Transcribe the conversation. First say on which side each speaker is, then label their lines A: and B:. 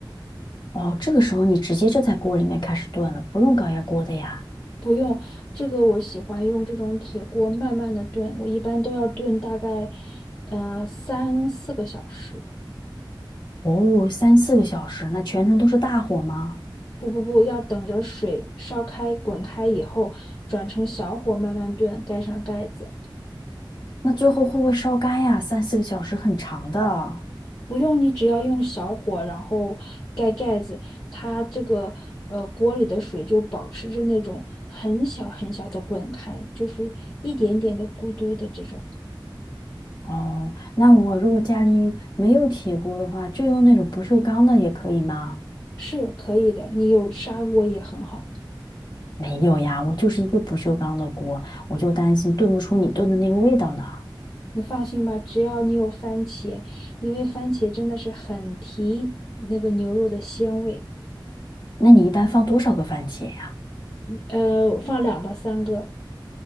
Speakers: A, on the left; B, on the left.
A: 哦，这个时候你直接就在锅里面开始炖了，不用高压锅的呀。
B: 不用，这个我喜欢用这种铁锅慢慢的炖，我一般都要炖大概，呃，三四个小时。
A: 哦，三四个小时，那全程都是大火吗？
B: 不不不，要等着水烧开、滚开以后，转成小火慢慢炖，盖上盖子。
A: 那最后会不会烧干呀？三四个小时很长的啊。
B: 不用你只要用小火，然后盖盖子，它这个呃锅里的水就保持着那种很小很小的滚开，就是一点点的咕嘟的这种，
A: 哦，那我如果家里没有铁锅的话，就用那种不锈钢的也可以吗？
B: 是可以的。你有砂锅也很好，
A: 没有呀，我就是一个不锈钢的锅，我就担心炖不出你炖的那个味道呢。
B: 你放心吧，只要你有番茄，因为番茄真的是很提那个牛肉的鲜味，
A: 那你一般放多少个番茄呀？
B: 呃，放两到三个。